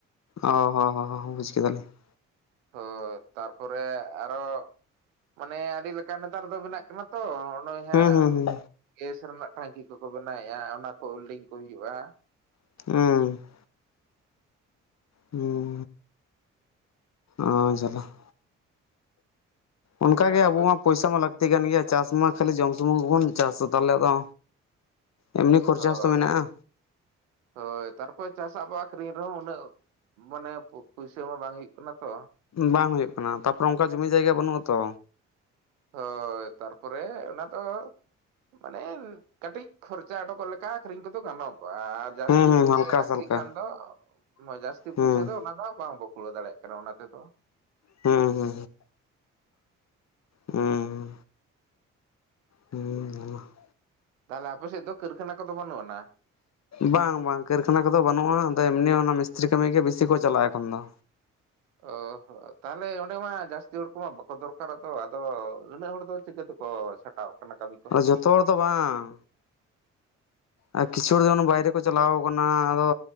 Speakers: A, on the left; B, on the right.
A: ᱚ ᱦᱚᱸ ᱦᱚ ᱦᱚ ᱵᱩᱡ ᱠᱮᱫᱟ ᱞᱤᱧ ᱾
B: ᱦᱳᱭ ᱛᱟᱨᱯᱚᱨᱮ ᱟᱨᱚ ᱢᱟᱱᱮ ᱟᱹᱰᱤ ᱞᱮᱠᱟᱱ ᱱᱮᱛᱟᱨ ᱫᱚ ᱵᱮᱱᱟᱜ ᱠᱟᱱᱟ ᱛᱚ ᱱᱚ-ᱚᱭ ᱦᱟᱸᱜ
A: ᱦᱩᱸ ᱦᱩᱸ
B: ᱜᱮᱥ ᱨᱮᱱᱟᱜ ᱴᱷᱟᱝᱠᱤ ᱠᱚᱠᱚ ᱵᱮᱱᱟᱣᱮᱫ-ᱟ ᱚᱱᱟ ᱠᱚ ᱩᱞᱰᱤᱝ ᱠᱚ ᱦᱩᱭᱩᱜ-ᱟ᱾
A: <unintelligible> ᱦᱩᱸᱻ ᱚ ᱡᱟᱞᱟ ᱾ ᱚᱱᱠᱟᱜ
B: ᱟᱨ
A: ᱜᱮ
B: ᱟᱯᱮ
A: ᱟᱵᱚ ᱢᱟ ᱯᱚᱭᱥᱟ ᱢᱟ ᱞᱟᱹᱠᱛᱤ ᱠᱟᱱ ᱜᱮᱭᱟ ᱪᱟᱥ ᱢᱟ ᱠᱷᱟᱹᱞᱤ ᱡᱚᱢ ᱥᱩᱢᱩ ᱜᱮᱵᱚᱱ ᱪᱟᱥᱟ ᱛᱟᱦᱚᱞᱮ ᱟᱫᱚ ᱮᱢᱱᱤ ᱠᱷᱚᱨᱪᱟ
B: ᱦᱳᱭ
A: ᱦᱚᱸᱛᱚ ᱢᱮᱱᱟᱜᱼᱟ
B: ᱦᱳᱭ ᱛᱟᱨᱯᱚᱨ ᱪᱟᱥᱟ ᱵᱚ ᱟᱠᱷᱽᱨᱤᱧ ᱨᱮᱦᱚᱸ ᱩᱱᱟᱝ ᱢᱟᱱᱮ ᱯᱩᱭᱥᱟᱹ ᱦᱚᱸ ᱵᱟᱝ ᱦᱩᱭᱩᱜ ᱠᱟᱱᱟ ᱛᱚ᱾
A: ᱵᱟᱝ ᱦᱩᱭᱩᱜ ᱠᱟᱱᱟ᱾ ᱛᱟᱯᱚᱨᱮ ᱚᱱᱠᱟ ᱡᱚᱢᱤ ᱡᱟᱭᱜᱟ ᱵᱟᱹᱱᱩᱜ-ᱟ ᱛᱚ᱾
B: ᱦᱳᱭ ᱛᱟᱨᱯᱚᱨᱮ ᱚᱱᱟ ᱫᱚ ᱢᱟᱱᱮ ᱠᱟᱹᱴᱤᱡ ᱠᱷᱚᱨᱪᱟ ᱩᱰᱩᱚᱠᱚᱜ ᱞᱮᱠᱟ ᱟᱹᱠᱷᱨᱤᱧ ᱠᱚᱫᱚ ᱜᱟᱱᱚᱜᱚᱜᱼᱟ᱾ ᱡᱟᱹᱥᱛᱤ
A: ᱦᱩᱸ ᱦᱩᱸ
B: ᱯᱩᱭᱥᱟᱹ
A: ᱦᱟᱞᱠᱟ
B: ᱞᱟᱹᱠᱛᱤ
A: ᱥᱟᱞᱠᱟ
B: ᱠᱷᱟᱱ ᱫᱚ ᱡᱟᱹᱥᱛᱤ ᱯᱩᱭᱥᱟᱹ
A: ᱦᱩᱸ
B: ᱫᱚ ᱚᱱᱟ ᱠᱷᱚᱱᱟᱜ ᱵᱟᱝ ᱵᱚ ᱠᱩᱲᱟᱹᱣ ᱫᱟᱲᱮᱭᱟᱜᱼᱟ᱾ <unintelligible> ᱚᱱᱟ ᱛᱮ ᱫᱚ?
A: ᱦᱩᱸ ᱦᱩᱸ ᱦᱩᱸ ᱦᱩᱸ
B: ᱛᱟᱦᱚᱞᱮ ᱟᱯᱮ ᱥᱮᱫ ᱫᱚ ᱠᱟᱹᱨᱠᱷᱟᱱᱟ ᱠᱚᱫᱚ ᱵᱟᱹᱱᱩᱜ ᱟᱱᱟ?
A: ᱵᱟᱝ ᱵᱟᱝ ᱠᱟᱹᱨᱠᱷᱟᱱᱟ ᱠᱚᱫᱚ ᱵᱟᱹᱱᱩᱜᱼᱟ᱾ ᱟᱫᱚ ᱮᱢᱱᱤ ᱚᱱᱟ ᱢᱤᱥᱛᱨᱤ ᱠᱟᱹᱢᱤ ᱜᱮ ᱵᱤᱥᱤ ᱠᱚ ᱪᱟᱞᱟᱜᱼᱟ ᱮᱠᱷᱚᱱ ᱫᱚ᱾
B: ᱚ ᱦᱚᱸ ᱛᱟᱦᱚᱞᱮ ᱚᱸᱰᱮ ᱢᱟ ᱡᱟᱹᱥᱛᱤ ᱦᱚᱲ ᱠᱚᱢᱟ ᱵᱟᱠᱚ ᱫᱚᱨᱠᱟᱨᱚᱜ ᱛᱚ ᱟᱫᱚ ᱩᱱᱟᱹᱜ ᱦᱚᱲ ᱫᱚ ᱪᱤᱠᱟᱹ ᱛᱮᱠᱚ ᱪᱷᱟᱴ ᱴᱟᱣ ᱠᱟᱱᱟ ᱠᱟᱹᱢᱤ ᱠᱚ᱾
A: ᱡᱷᱚᱛᱚ ᱦᱚᱲ ᱫᱚ ᱵᱟᱝ᱾ ᱟᱨ ᱠᱤᱪᱷᱩ ᱦᱚᱲ ᱫᱚ ᱵᱟᱭᱨᱮ ᱠᱚ ᱪᱟᱞᱟᱣ ᱠᱟᱱᱟ ᱟᱫᱚ